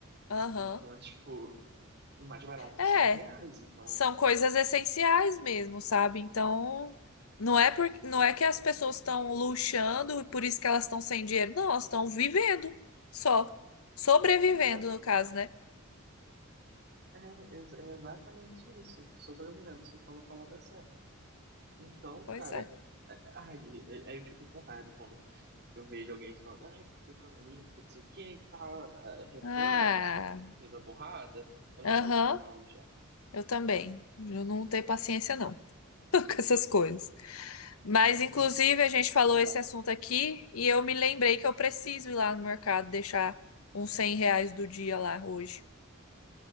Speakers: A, on the left; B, on the right.
A: aham.
B: Então é tipo, o mais barato
A: É,
B: é 100 reais, então.
A: são coisas essenciais mesmo, sabe? Então, não é por, não é que as pessoas estão luxando e por isso que elas estão sem dinheiro, não, elas estão vivendo só, sobrevivendo
B: É,
A: no caso, né?
B: É, ex- é exatamente isso. que Sobrevivendo, você falou a palavra certa. Então,
A: Pois
B: cara,
A: é.
B: é- ai, é- aí eu fico com raiva quando eu vejo alguém falando, ai, porque economia, que não sei o que e tal, eh, reclama,
A: Ah.
B: a pessoa fez a burrada. Eu já
A: Aham,
B: logo falo, já.
A: eu também. Eu não tenho paciência, não, <laughs> com essas coisas. Mas, inclusive,
B: Nossa,
A: a gente falou
B: não dá.
A: esse assunto aqui e eu me lembrei que eu preciso ir lá no mercado deixar uns 100 reais do dia lá hoje.